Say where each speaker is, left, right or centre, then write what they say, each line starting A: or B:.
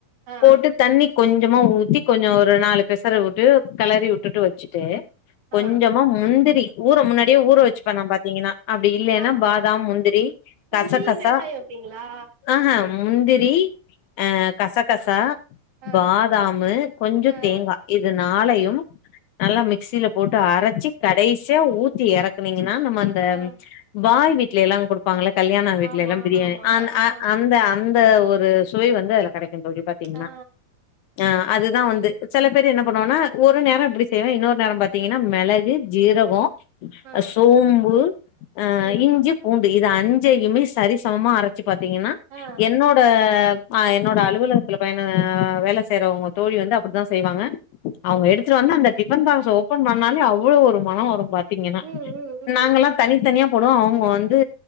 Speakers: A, on the right; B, on the left.
A: ஆ
B: போட்டு தண்ணி கொஞ்சமா ஊத்தி கொஞ்சோ ஒரு நாலு பெசறு விட்டு கெளறி வுட்டுட்டு வச்சுட்டு கொஞ்சமா
A: ஆ
B: முந்திரி ஊற முன்னாடியே ஊற வச்சுப்பே நா பாத்தீங்கனா அப்டி இல்லேனா
A: ஆ
B: பாதாம் முந்திரி கசகசா
A: முந்திரி மெளகாயு வைப்பீங்களா
B: ஆஹ முந்திரி அ கசகசா
A: ஆ
B: பாதாமு கொஞ்சோ
A: ஆ அ.
B: தேங்கா இது நாளையும் நல்லா மிக்சியில போட்டு அரைச்சி கடைசியா ஊத்தி எறக் கினிங்கனா நம்ம அந்த
A: ஆ
B: பாய் வீட்ல எல்லா குடுப்பாங்கல்ல கல்யாண வீட்ல
A: ஆமா
B: எல்லா பிரியாணி
A: ஆமா
B: அந் அ
A: ஆ
B: அந்த அந்த ஒரு சுவை வந்து அதுல கெடைக்கு தோழி பாத்தீங்னா
A: ஆ
B: ஆ அதுதா வந்து சில பேரு என்ன பண்ணுவாங்கனா ஒரு நேரோ இப்டி செய்வ இன்னொரு நேரோ பாத் தீங்கன்னா மெளகு ஜீரகோ
A: ஆ
B: அ சோம்பு அ
A: ம்
B: இஞ்சி பூண்டு இது அஞ்சையுமே சரி சமமா அரக் ஞ்சி பாத்தீங்கன்னா
A: ஆ
B: என்னோட ஆ என்னோட அலுவலகத்துல பையன வேல செய்யறவங்க தோழி வந்து அப்டித்தா செய்வாங்க அவங்க
A: ஓகே
B: எடுத்துட்டு
A: ஓகே
B: வந்து அந்த டிபன் பாக்ச ஓபன் பண்ணாலே அவ்ளோ ஒரு மனம் வரும் பாத் திங்கன்னா
A: ம் ம்
B: நாங்கல்லா
A: ம்
B: தனி தனியா போடும் அவங்க வந்து